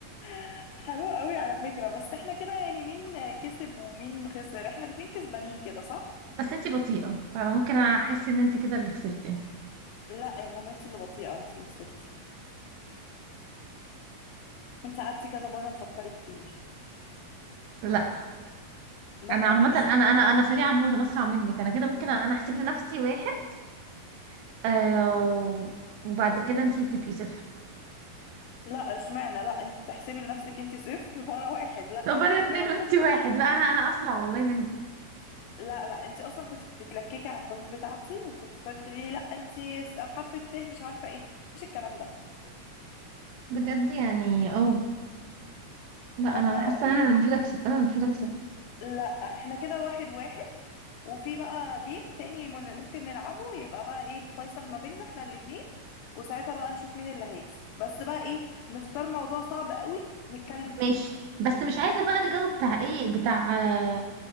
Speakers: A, on the left; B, on the right.
A: <laughs> حلوة قوي على فكرة بس احنا كده يعني مين كسب ومين خسر احنا الاتنين كسبانين كده صح
B: بس انتي بطيئة فانا ممكن احس ان انتي كده اللي خسرتي
A: لا يا ماما انت اللي بطيئة انت اللي خسرتي انت قعدتي كذا مرة تفكري كتير
B: لا
A: لا
B: انا عامة
A: ماليش
B: انا
A: فيه
B: انا انا سريعة موت انا اسرع منك انا كده ممكن انا احسب لنفسي واحد آه وبعد كده انتي تبقي صفر
A: لا اشمعنى لا انت تحسبي لنفسك انت صفر <laughs> وانا واحد لا
B: طب
A: مفيش
B: انا
A: الكلام
B: اتنين وانتي
A: ده
B: واحد لا انا انا اسرع والله منك
A: لا لا انت اصلا كنت بتتلككي على الحروف بتاعتي وكنت بتقعدي تقولي لي لا انت حرف الث مش عارفة ايه مفيش الكلام ده
B: بجد يعني اه لا
A: لا
B: انا انا
A: اه
B: حاسة
A: إيه.
B: ان انا المفروض اكسب انا المفروض اكسب
A: لا احنا كده واحد واحد وفي بقى جيم تاني من- ممكن نلعبه يبقى بقى ايه الفيصل ما بيننا احنا الاتنين وساعتها بقى نشوف مين اللي هيكسب بس بقى ايه نختار موضوع صعب قوي نتكلم فيه
B: ماشي بس مش عايزة بقى الجو بتاع ايه بتاع آه